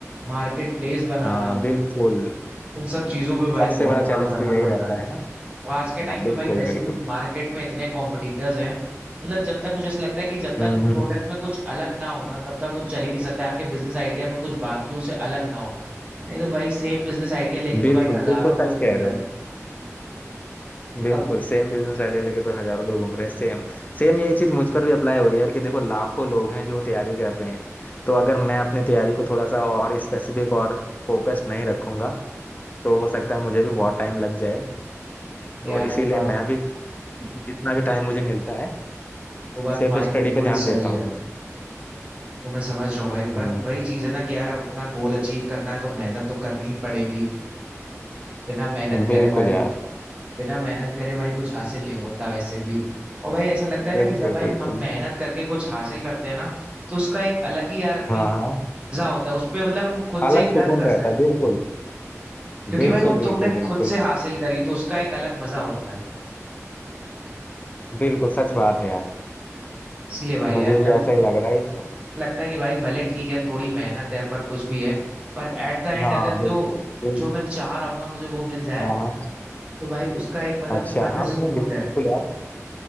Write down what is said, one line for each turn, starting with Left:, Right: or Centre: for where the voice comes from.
Right: मार्केट प्लेस बनाना
Left: हाँ बिल्कुल
Right: उन सब चीजों पे भाई
Left: सबसे
Right: बहुत
Left: बड़ा
Right: काम
Left: चैलेंज
Right: करना
Left: तो यही
Right: पड़ता
Left: रहता
Right: है
Left: है ना
Right: और आज के टाइम
Left: हाँ बिल्कुल
Right: पे भाई वैसे
Left: बिल्कुल
Right: भी मार्केट में इतने कॉम्पिटिटर्स हैं मतलब जब तक मुझे ऐसा लगता है कि जब
Left: हम्म
Right: तक
Left: हम्म,
Right: प्रोडक्ट में कुछ अलग ना हो ना तब तक वो चल ही नहीं सकता आपके बिजनेस आइडिया में कुछ बाकियों से अलग ना हो नहीं तो भाई सेम बिजनेस आइडिया लेके तो
Left: बिल्कुल
Right: भाई हजारों
Left: बिल्कुल
Right: लोग
Left: सच
Right: घूम
Left: कह रहे
Right: रहे
Left: हो
Right: हैं
Left: बिल्कुल
Right: अब
Left: सेम बिजनेस आइडिया लेके तो हजारों लोग घूम रहे हैं सेम सेम यही चीज मुझ पर भी अप्लाई हो रही है यार कि देखो लाखों लोग हैं जो तैयारी कर रहे हैं तो अगर मैं अपनी तैयारी को थोड़ा सा और स्पेसिफिक और फोकस्ड नहीं रखूंगा तो हो सकता है मुझे भी बहुत टाइम लग जाए तो
Right: यार
Left: इसीलिए
Right: वो बात
Left: मैं भी जितना भी टाइम मुझे मिलता है
Right: वो बात
Left: सिर्फ
Right: तुम्हारी
Left: स्टडी
Right: बिल्कुल
Left: पे ध्यान
Right: सही
Left: देता
Right: है
Left: हूँ
Right: वो मैं समझ रहा हूँ भाई पर
Left: हम्म,
Right: वही चीज है ना कि यार अब अपना गोल अचीव करना है तो मेहनत तो करनी ही पड़ेगी बिना मेहनत
Left: बिल्कुल
Right: करे भाई
Left: यार
Right: बिना मेहनत करे भाई कुछ हासिल नहीं होता वैसे भी और भाई ऐसा लगता है ना
Left: बिल्कुल
Right: कि जब भाई
Left: बिल्कुल
Right: हम मेहनत करके कुछ हासिल करते हैं ना तो उसका एक अलग ही यार अपनी
Left: हाँ हाँ
Right: मजा होता है उस पे मतलब हम खुद
Left: अलग
Right: से एक गर्व
Left: सुकून
Right: कर सकते
Left: रहता है
Right: हैं।
Left: बिल्कुल
Right: क्योंकि
Left: बिल्कुल
Right: भाई वो तुमने
Left: बिल्कुल बिल्कुल
Right: खुद से हासिल करी तो उसका एक अलग मजा होता है
Left: बिल्कुल सच बात है यार
Right: इसीलिए भाई
Left: मुझे
Right: यार
Left: भी
Right: तभी
Left: ऐसा ही लग रहा है
Right: लगता है कि भाई भले ठीक है थोड़ी मेहनत है पर कुछ भी है पर एट द एंड
Left: हाँ
Right: अगर
Left: बिल्कुल
Right: जो
Left: बिल्कुल,
Right: जो मैं चाह रहा हूँ ना मुझे वो मिल जाए
Left: हाँ हाँ
Right: तो भाई उसका एक मतलब
Left: अच्छा
Right: मन में
Left: हाँ
Right: सुकून
Left: मैंने बिल्कुल
Right: रहता
Left: यार